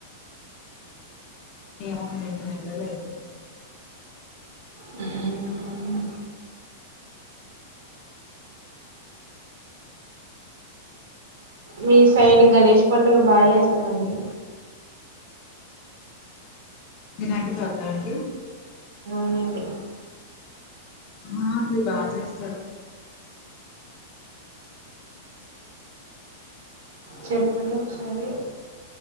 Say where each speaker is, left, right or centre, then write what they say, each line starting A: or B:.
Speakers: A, on the left; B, on the right.
A: ఏ నల లేదు
B: హమ్ మీ సైడ్ గణేష్ పండుగ బాగా చేస్తారండి
A: వినాయక చవిత అండి
B: అవునండి
A: ఆ మీ బాగా చేస్తరు
B: చెప్పండి ఒకసారి